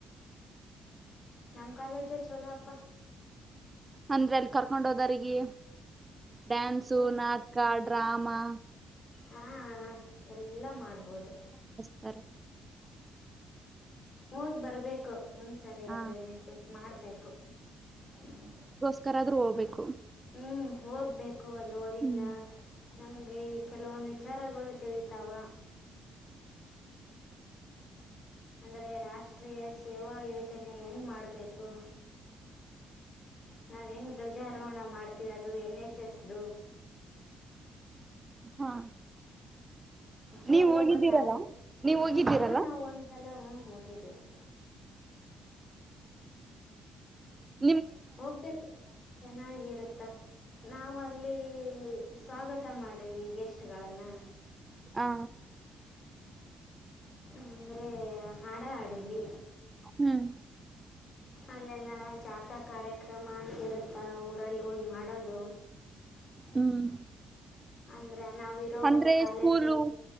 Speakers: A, on the left; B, on the right.
A: ನಮ್ಮ ಕಾಲೇಜೇ ಚಲೋ ಅಪ್ಪ
B: ಅಂದ್ರೆ ಅಲ್ಲಿ ಕರ್ಕೊಂಡ ಹೋದರಿಗೆ ಡ್ಯಾನ್ಸು
A: ಹ್ಞೂ
B: ನಾಟಕ ಡ್ರಾಮಾ
A: ಹಾಂ ಎಲ್ಲ ಮಾಡ್ಬೋದು
B: ಸರೀ
A: ಹೋಗ್ ಬರ್ಬೇಕು ಒಂದ್ಸರಿ ಆದ್ರೆ
B: ಹ
A: ಎನ್ ಎಸ್ ಎಸ್ ಮಾಡ್ಬೇಕು ಹ್ಮ್
B: ಕ್ಕರಾದ್ರೂ ಹೋಗ್ಬೇಕು
A: ಹ್ಮ್ ಹೋಗ್ಬೇಕು ಅಲ್ಲಿ ನೋಡಿಲ್ಲ
B: ಹ್ಮ್
A: ನಮ್ಗೆ ಕೆಲವೊಂದು ವಿಚಾರಗಳು ತಿಳಿತಾವ ಅಂದ್ರೆ ರಾಷ್ಟ್ರೀಯ ಸೇವಾ ಯೋಜನೆ ಹೆಂಗ್ ಮಾಡ್ಬೇಕು ನಾವ ಹೆಂಗೆ ಧ್ವಜಾರೋಹಣ ಮಾಡ್ತೀವಿ ಅದು ಎನ್ ಎಸ್ ಎಸ್ ದು
B: ಹಾ
A: ಅಂತ
B: ನೀವ್
A: ಎಲ್ಲ
B: ಹೋಗಿದ್ದೀರಲ್ಲ
A: ಗೊತ್ತಾಗುತ್ತೆ
B: ನೀವ್ ಹೋಗಿದ್ದೀರಲ್ಲ
A: ಹಾ ನಾವವು ಒಂದ್ಸಲ ಹೋಗಿದಿವಿ
B: ಹ್ಮ್
A: ಹೋಗ್ಬೇಕು ಚೆನ್ನಾಗಿರುತ್ತೆ ನಾವಲ್ಲಿ ಸ್ವಾಗತ ಮಾಡೇವಿ ಗೆಸ್ಟ್ಗಳನ್ನು
B: ಹಾ
A: ಅಂದ್ರೆ ಹಾಡ ಆಡವಿ
B: ಹ್ಮ್
A: ಅಲ್ಲೆಲ್ಲ ಜಾತ ಕಾರ್ಯಕ್ರಮ ಅಂತಿರುತ್ತೆ ಊರಲ್ಲಿ ಹೋಗಿ ಮಾಡೋದು
B: ಹ್ಮ್
A: ಅಂದ್ರ ನಾವಿರೋ
B: ಅಂದ್ರೆ
A: ಕಾಲೇಜು
B: ಸ್ಕೂಲು